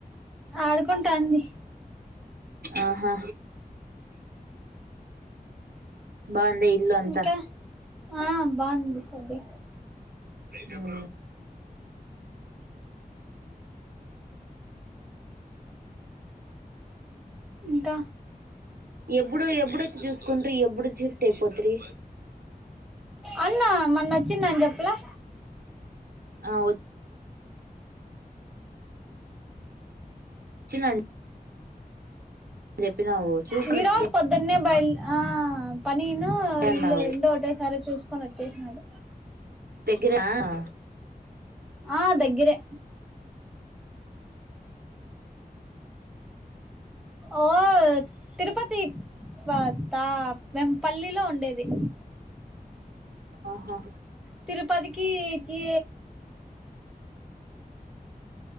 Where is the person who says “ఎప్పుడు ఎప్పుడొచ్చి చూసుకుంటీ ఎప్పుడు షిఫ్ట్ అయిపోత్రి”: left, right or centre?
Right